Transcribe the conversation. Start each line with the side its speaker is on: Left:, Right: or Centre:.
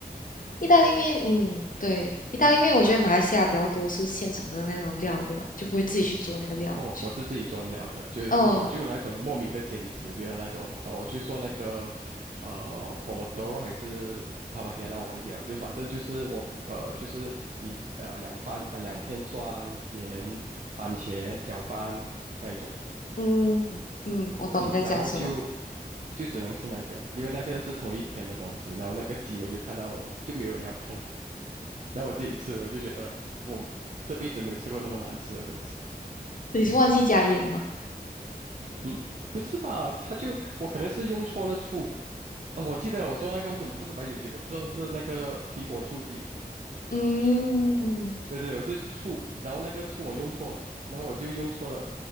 Left: 意大利面，嗯，对，意大利面，
Right: 嗯，
Left: 我觉得马来西亚比较多是现成的那种料，
Right: 对。
Left: 对吧？就不会自己去做那个料。
Right: 哦，
Left: 去，
Right: 我是自己做了的，就是我就就那种莫名的坚持，
Left: 哦，
Right: 就是那种呃，我就做那个呃 Pomodoro 还是 p a r m g a n a 我忘记了，就是反正就是我呃就是你呃两番呃两片蒜盐番茄搅拌那一种，
Left: 嗯嗯，我懂你在讲什么。
Right: 嗯，然后就就只能吃那个，因为那个是同一天的东西，然后那个鸡我就看到就没有人要碰，然后我自己吃，我就觉得我这辈子没有吃过那么难吃的东西。
Left: 你是忘记加盐吗？
Right: 嗯，不是吧？他就我可能是用错了醋哦，我记得了我做那个为什么不是白酒鸡，我做的是那个苹果醋鸡。
Left: 嗯嗯
Right: 对对对，我是醋，然后那个醋我用错了，然后我就用错了，